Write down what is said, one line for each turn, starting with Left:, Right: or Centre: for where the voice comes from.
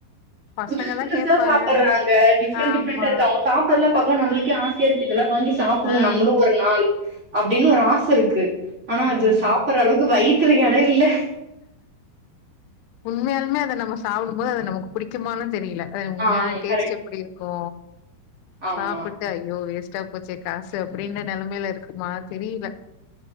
Left: பசங்கதா
Right: புதுஸ் புதுசா
Left: கேப்பாங்க
Right: சாப்ட்றாங்க டிப்ரெண்ட்
Left: ஆமா
Right: டிஃரெண்டா இருக்கு அவுங்க சாப் அதெல்லா பாக்கும் போது நம்மளுக்கே ஆசையா இருக்கு இதெல்லா வாங்கி சாப்பணு
Left: ஆ
Right: நம்ளு ஒரு நாள் அப்டின்னு ஒரு ஆச இருக்கு ஆனா அது
Left: ஆமா
Right: சாப்டுற அளவுக்கு வயித்துல எடோ இல்ல
Left: உண்மையாலுமே அத நம்ம சாப்டும் போது அத நமக்கு பிடிக்குமானு தெரில அது உண்மையான
Right: ஆ
Left: டேஸ்ட்
Right: கரெக்ட்
Left: எப்டி இருக்கு
Right: ஆமா
Left: சாப்புட் ஐயோ வேஸ்ட்டா போச்சே காசு அப்டின்ன நெலமைல இருக்குமா தெரில